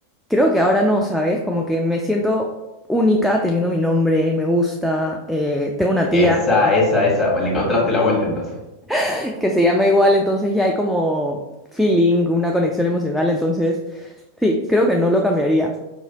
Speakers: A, in the centre; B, on the left.
A: creo que ahora no, ¿sabes? Como que me siento única teniendo mi nombre, me gusta, eh, tengo una
B: Esa,
A: tía
B: esa, esa. Bueno, le encontraste la vuelta entonces.
A: <laughs> que se llama igual, entonces ya hay como feeling, una conexión emocional, entonces sí, creo que no lo cambiaría.